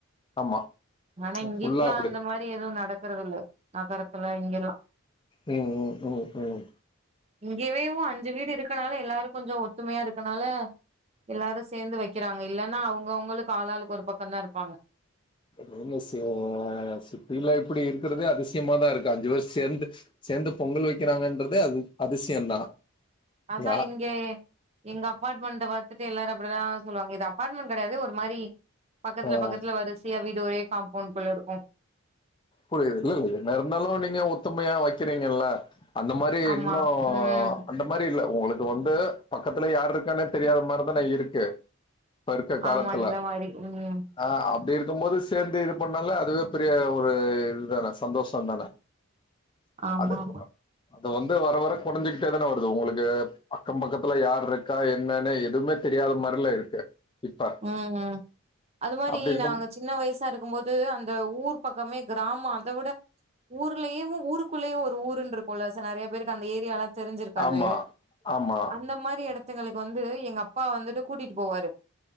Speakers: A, on the left (about 20°); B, on the right (about 30°).
A: ஆமா
B: ஆனா இங்கிட்லா
A: ஃபுல்லா அப்டிதா
B: அந்த மாரி எதுவு நடக்கறதில்ல நகரத்துல இங்கெல்லா
A: ம் ம் ம் ம்
B: இங்கவேவு அஞ்சு வீடு இருக்கனால எல்லாரு கொஞ்சொ ஒத்துமயா இருக்கனால எல்லாரு சேர்ந்து வக்கிறாங்க இல்லன்னா அவுங்கவுங்களுக்கு ஆளாளுக்கு ஒரு பக்கோந்தா இருப்பாங்க
A: நீங்க சே சிட்டில இப்டி இருக்றதே அதிசயமா தா இருக்கு அஞ்சு பேரு சேந்து சேந்து பொங்கல் வக்கிறாங்கன்றதே அ அதிசயந்தா
B: அதா
A: யா
B: இங்கே எங்க அபார்ட்மெண்ட்ட பாத்துட்டு எல்லாரு அப்டிதா சொல்வாங்க இது அபார்ட்மெண்ட் கெடயாது ஒரு மாரி பக்கத்ல
A: ஆ
B: பக்கத்ல வரிசையா வீடு ஒரே காம்பவுண்ட்க்குள்ளருக்கு
A: புரிது இல்லெல்ல என்ன இருந்தாலு நீங்க ஒத்துமயா வக்கிறீங்கள்ல அந்த மாதிரி
B: ஆமா
A: இன்னு
B: ம்
A: அந்த மாரி இல்ல உங்களுக்கு வந்து பக்கத்துல யாரு இருக்கானே தெரியாத மாரிதான இருக்கு இப்ப இருக்க காலத்துல
B: ஆமா இந்த மாரி ம்
A: ஆ அப்டி இருக்கும் போது சேர்ந்து இது பண்ணாலே அதுவே பெரிய ஒரு இதுதானே சந்தோஷ தானே
B: ஆமா
A: அது
B: ஆமா
A: அது வந்து வர வர கொறஞ்சிகிட்டே தானே வருது உங்களுக்கு அக்கம் பக்கத்துல யார் இருக்கா என்னன்னு எதுவுமே தெரியாத மாரில இருக்கு இப்ப
B: ஆஅ அது மாரி
A: அப்டி இருக்கும்
B: நாங்க சின்ன வயசா இருக்கும்போது அந்த ஊர் பக்கமே கிராம அத விட ஊர்லயமு ஊருக்குள்ளயே ஒரு ஊருன்ருக்குல்ல ச நெறைய பேருக்கு அந்த ஏரியால தெரிஞ்சிருக்காது
A: ஆமா ஆமா
B: அந்த மாரி எடத்துங்களுக்கு வந்து எங்க அப்பா வந்துட்டு கூட்டிட்டு போவாரு